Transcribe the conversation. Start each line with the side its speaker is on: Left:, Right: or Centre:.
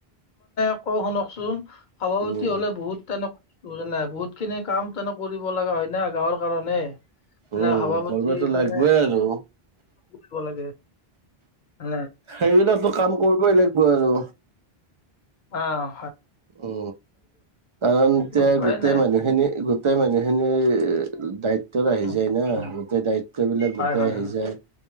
Left: অ' শুনকচোন সভাপতি
Right: উম
Left: হলে বহুত তেনেকুৱা নাই বহুত খিনি কাম তেনে কৰিব লগা হয় না গাঁৱৰ কাৰণে এনে
Right: উম
Left: সভাপতিজনে
Right: কৰিবতো লাগিবই আৰু
Left: কৰিব লাগে। নে
Right: সেইবিলাকতো কাম কৰিবই লাগিব আৰু
Left: অ
Right: উ কাৰণ এতিয়া
Left: উপায়
Right: গোটেই
Left: নাই
Right: মানুহখিনি গোটেই মানুহখিনি দায়িত্বত আহি
Left: উম,
Right: যায় না
Left: উম,
Right: গোটেই দায়িত্ব বিলাক
Left: হয়
Right: গোটেই
Left: হয়
Right: আহি
Left: হয়
Right: যায়